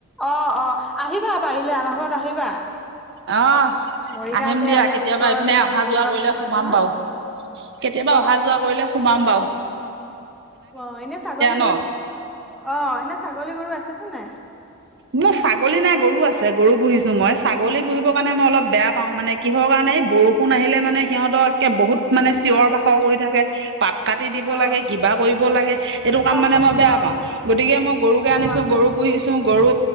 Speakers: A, in the centre; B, on the right.
A: অ অ আহিবা পাৰিলে আমাৰ ঘৰত আহিবা।
B: আহ
A: মৰিগাঁওতে
B: আহিম দিয়া
A: একে
B: কেতিয়াবা
A: ওচৰতে
B: এইপিনে
A: ইমান
B: অহা
A: দূৰত
B: যোৱা কৰিলে
A: নহয়
B: সোমাম
A: নহয়
B: বাৰু। কেতিয়াবা
A: অ
B: অহা যোৱা কৰিলে সোমাম বাও।
A: অ এনে ছাগলী
B: ন।
A: গৰু অ এনে ছাগলী গৰু আছে নে নাই?
B: মোৰ ছাগলী নাই গৰু আছে গৰু পুহিছো মই ছাগলী পুহিবৰ কাৰণে মই অলপ বেয়া পাও মানে কিহৰ কাৰণে। মানে বৰষুণ আহিলে মানে সিহঁতক একে বহুত মানে চিঞৰ বাখৰ কৰি থাকে,। পাত কাটি দিব
A: অ
B: লাগে, কিবা কৰিব লাগে এইটো কাম
A: অ
B: মানে মই বেয়া
A: অ
B: পাও গতিকে মই গৰুকে আনিছো
A: অ
B: গৰু। গৰু পুহিছো গৰু